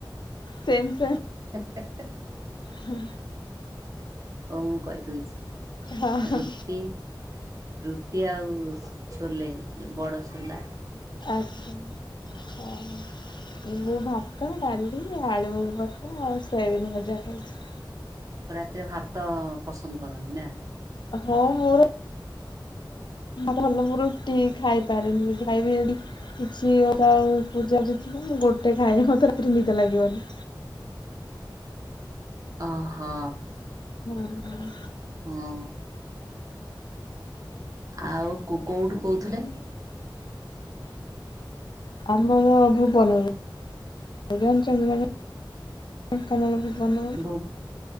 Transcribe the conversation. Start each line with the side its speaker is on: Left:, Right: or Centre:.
Left: ସେମ।
Right: । ହେଁ ହେଁ ହେଁ
Left: ହୁଁ।
Right: ହଉ ମୁଁ କହି ଦଉଛି।
Left: ହଁ ହଁ
Right: ରୁଟି ରୁଟି ଆଉ। ଛୋଲେ ବଡ ଛୋଲା।
Left: ଆଚ୍ଛା ହଁ। ମୁଁ ଭାତ ଡାଲି ଆଳୁ ଭତା ଆଉ ସୋୟାବିନ ଭଜା ଖାଇଛି।
Right: ରାତିରେ ଭାତ ପସନ୍ଦ କରନ୍ତି ନା।
Left: ହଁ ମୋର।
Right: । <inaudible>
Left: ଭଲ ମୁଁ ରୁଟି ଖାଇପାରେନି ଯଦି ଖାଇବି କିଛି ପୂଜା ଯଥିବ। ଗୋଟେ ଖାଇ ମତେ ରାତିରେ ନିଦ ଲାଗିବନି।
Right: । <inaudible> ଓହୋ।
Left: ହୁଁ ହଁ।
Right: ହଁ। ଆଉ କୋକୋଉଠୁ କହୁଥିଲେ।
Left: ଆମର ଭୁବନ ସୁର ଢେଙ୍କାନାଳ ଭୁବନ। ବୋଲି?
Right: ଭୁ